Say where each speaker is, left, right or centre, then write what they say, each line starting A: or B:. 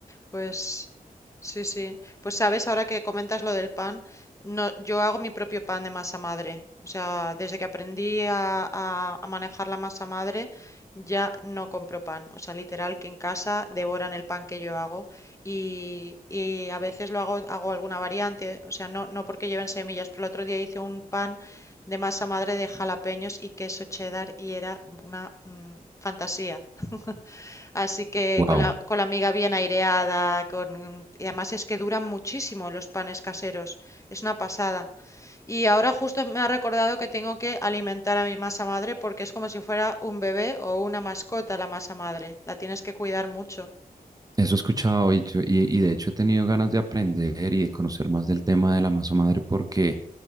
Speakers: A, on the left; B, on the right.
A: Pues sí, sí. Pues sabes, ahora que comentas lo del pan, no, yo hago mi propio pan de masa madre. O sea, desde que aprendí a, a- a manejar la masa madre, ya no compro pan. O sea, literal que en casa devoran el pan que yo hago y, y a veces lo hago, hago alguna variante. O sea, no, no porque lleven semillas, pero el otro día hice un pan de masa madre de jalapeños y queso cheddar y era una mm, fantasía. <laughs> Así que
B: wow.
A: con la, con la miga bien aireada, con... y además es que duran muchísimo los panes caseros, es una pasada. Y ahora justo me ha recordado que tengo que alimentar a mi masa madre porque es como si fuera un bebé o una mascota la masa madre, la tienes que cuidar mucho.
B: Eso he escuchado y, yo- y- y de hecho he tenido ganas de aprender y de conocer más del tema de la masa madre porque